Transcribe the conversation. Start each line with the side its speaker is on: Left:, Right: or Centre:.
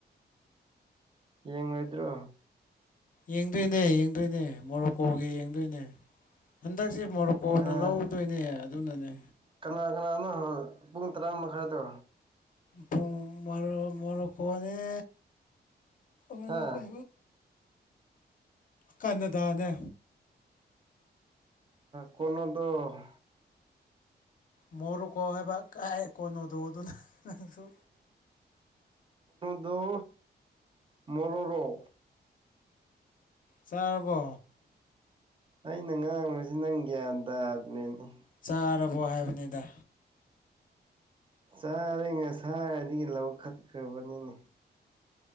Right: ꯌꯦꯡꯣꯏꯗꯣ
Left: ꯌꯦꯡꯗꯣꯏꯅꯦ ꯌꯦꯡꯗꯣꯏꯅꯦ ꯃꯣꯔꯣꯛ ꯀꯣꯒꯦ ꯌꯦꯡꯗꯣꯏꯅꯦ ꯍꯟꯗꯛꯁꯦ ꯃꯣꯔꯣꯀꯣꯅ
Right: ꯑꯥ
Left: ꯂꯧꯗꯣꯏꯅꯦ ꯑꯗꯨꯅꯅꯦ
Right: ꯀꯅꯥ ꯀꯅꯥꯅꯣ ꯄꯨꯡ ꯇꯔꯥ ꯃꯈꯥꯏꯗꯣ
Left: ꯄꯨꯡ ꯃ ꯃꯔꯀꯅꯤ ꯃ
Right: ꯍꯥ
Left: ꯀ ꯀꯟꯅꯗꯥꯅꯦ
Right: ꯀꯂꯣꯟꯣꯗ
Left: ꯃꯣꯔꯨꯀꯣ ꯍꯥꯏꯕ ꯀꯥꯏꯑꯦ ꯀꯣꯅꯣꯗꯣ ꯑꯗꯨꯅꯁꯨ
Right: ꯗ ꯃꯣꯔꯣꯔꯣ
Left: ꯆꯥꯔꯕꯣ
Right: ꯑꯩꯅ ꯉꯥꯡꯕꯁꯤ ꯅꯪ ꯒ꯭ꯌꯥꯟ ꯇꯥꯗꯅꯦꯅꯤ
Left: ꯆꯥꯔꯕꯣ ꯍꯥꯏꯕꯅꯤꯗ
Right: ꯆꯥꯔ ꯉꯁꯥꯏꯔꯗꯒꯤ ꯂꯧ ꯈꯠꯈ꯭ꯔꯕꯅꯤꯅꯦ